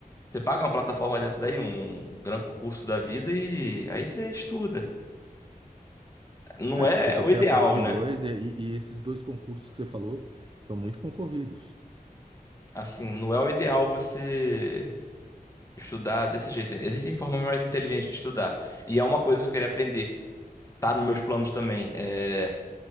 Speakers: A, on the left (about 20°); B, on the right (about 35°).
A: Você paga uma plataforma dessa daí, um grande concurso da vida, e aí você estuda. não
B: É,
A: é
B: porque para
A: o
B: ser
A: ideal,
B: aprovado
A: né?
B: em dois, e, e- e esses dois concursos que você falou são muito concorridos.
A: Assim, não é o ideal você estudar desse jeito. Existem formas mais inteligentes de estudar. E é uma coisa que eu queria aprender. Tá nos meus planos também. É